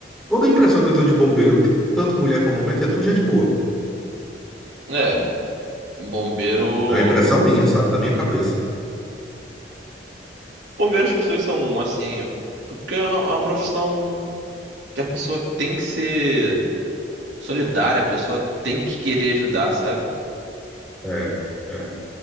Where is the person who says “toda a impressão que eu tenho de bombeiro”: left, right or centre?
Centre